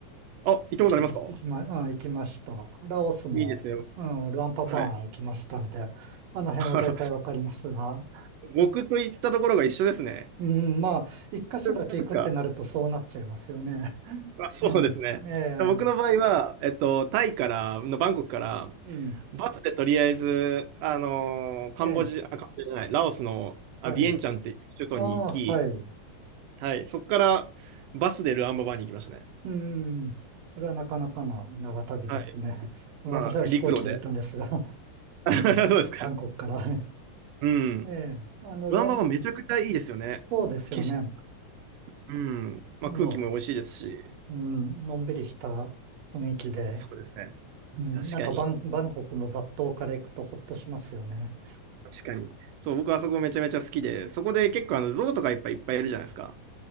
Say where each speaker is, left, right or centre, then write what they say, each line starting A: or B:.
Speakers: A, on the right; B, on the right.
A: あ、行ったことありますか
B: 行きま、行きま、うん、行きました。ラオスも、
A: いいですよ。
B: うん、ルアンパパン行きましたんで、
A: はい。
B: あの辺は大体わかりますが、
A: <laughs> あら、僕と行ったところが一緒ですね。
B: うん、まあ、一箇所だけ行くってなるとそうなっちゃいますよね。
A: ですか。
B: <laughs>
A: まあ、そうですね。
B: ええ、<laughs> え
A: 僕の場合は、
B: え
A: えっと、タイから、のバンコクから、
B: うん。
A: バスでとりあえず、あのーカンボジア、
B: ええ。
A: あカンボジアじゃない、ラオスのあビエンチャンっていう首都に行き、
B: はい。ああ、はい。
A: はい、そこからバスでルアンババに行きましたね。
B: うん。それはなかなかな長旅ですね。
A: はい。
B: <laughs> 私は飛行機で行ったんですが、
A: まあ、陸路で。
B: <laughs>
A: <laughs>
B: ええ。
A: そうですか。
B: バンコクから。<laughs>
A: うん。
B: ええ。あの、
A: ルアンババめちゃくちゃいいですよね。
B: ルアン、そうですよね。
A: 景色、うん。まあ、
B: あの、
A: 空気も美味しいですし。
B: うん、のんびりした雰囲気で、
A: そうですね。
B: うん、
A: 確かに、
B: なんかバン、バンコクの雑踏から行くとほっとしますよね。
A: 確かに。そう、僕はそこめちゃめちゃ好きで、そこで結構あの、象とかいっぱいいっぱいいるじゃないですか。